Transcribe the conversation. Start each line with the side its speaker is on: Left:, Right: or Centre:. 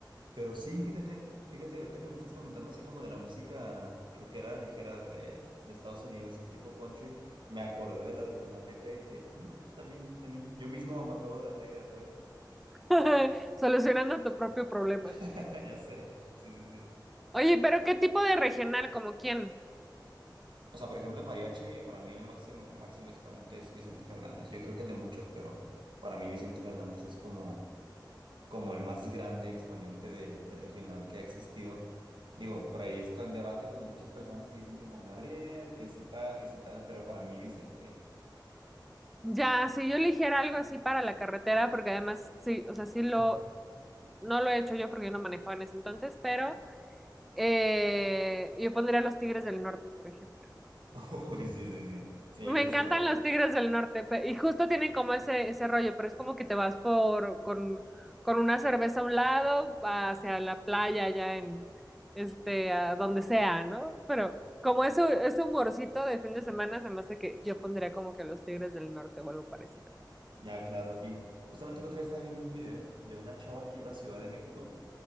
Right: pero sí, fíjate, fíjate ahorita que me estás comentando así como de la música rockera ligera de, de Estados Unidos y tipo country, me acordé de la regional de acá y dije, "Mm, también, también, yo mismo me acabo de dar la idea, ¿sabes?
Centre: <laughs> Solucionando tu propio problema.
Right: <laughs> Ya sé, sí, sí, sí.
Centre: Oye, pero ¿qué tipo de regional? ¿Como quién?
Right: O sea, por ejemplo, en mariachi, para mí el máximo, máximo exponente es Vicente Fernández. Yo creo que el de muchos, pero para mí Vicente Fernández es como, como el más grande exponente de, de regional que ha existido. Digo, por ahí está en debate con muchas personas que dicen que Juan Gabriel, que sí tal, que sí tal, pero para mí Vicente. <laughs>
Centre: Ya, si yo eligiera algo así para la carretera, porque además, sí, o sea, sí
Right: <clears throat>
Centre: lo, no lo he hecho yo porque yo no manejaba en ese entonces, pero eh, yo pondría Los Tigres del Norte, por ejemplo.
Right: Oh, sí, sí, sí. Sí,
Centre: Me
Right: justo.
Centre: encantan los Tigres del Norte pe- y justo tienen como ese, ese rollo, pero es como que te vas por con, con una cerveza a un lado hacia la playa allá en este a donde sea, ¿no? Pero como eso ese humorcito de fin de semana se me hace que yo pondría como que los Tigres del Norte o algo parecido.
Right: Ya, claro. Y justamente el otro día estaba viendo un video de una chava que iba a Ciudad de México.